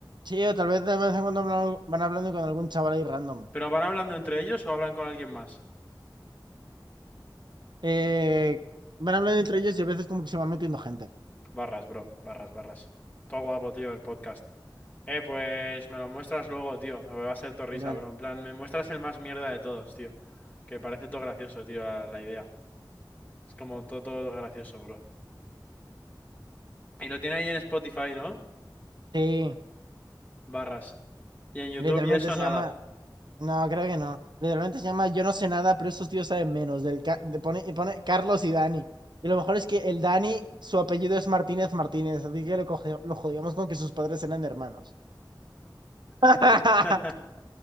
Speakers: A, on the right; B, on the left.
A: Sí, o tal vez de vez en cuando hablan- van hablando con algún chaval ahí random.
B: ¿Pero van hablando entre ellos o hablan con alguien más?
A: Eh, van hablando entre ellos y a veces como que se va metiendo gente.
B: Barras, bro, barras, barras. Todo guapo, tío, el podcast. Eh, pues me lo muestras luego, tío. A ver, Va a ser todo risa,
A: Dale.
B: bro. En plan, me muestras el más mierda de todos, tío. Que parece todo gracioso, tío, la, la idea. Es como todo, todo gracioso, bro. Y lo tiene ahí en Spotify, ¿no?
A: Sí,
B: barras. Y en YouTube
A: literalmente
B: y eso
A: se
B: nada.
A: llama No, creo que no. Literalmente se llama Yo no sé nada, pero esos tíos saben menos. Del Ca- de- pone, y pone Carlos y Dani. Y lo mejor es que el Dani, su apellido es Martínez Martínez, así que lo, cogió- lo jodíamos con que sus padres eran hermanos.
B: <laughs>
A: <laughs>